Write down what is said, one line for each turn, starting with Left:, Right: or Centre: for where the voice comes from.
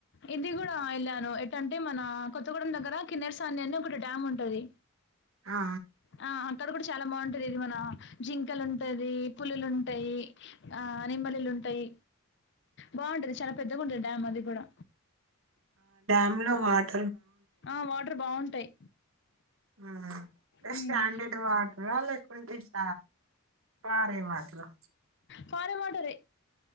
Left: ఇది గూడా ఎళ్ళాను ఎటంటే మన కొత్తగూడెం దగ్గర కిన్నర్ సాన్యని ఒక డ్యామ్ ఉంటది
Right: ఆ
Left: ఆ ఇక్కడ కూడా చాలా బాగుంటది ఇది మన జింకలు ఉంటంది పులులుంటయి ఆ నెమలిలు ఉంటయి బావుంటది చానా పెద్దగుంటది డ్యామ్ అది గూడా
Right: అందులో వాట
Left: ఆ వాటర్ బావుంటయి
Right: ఆ
Left: హ్మ్
Right: స్టాండడ్ వాటర్ ఆ లేక్ కుంటే స పారే వాటరు
Left: పారేయ్ మంటది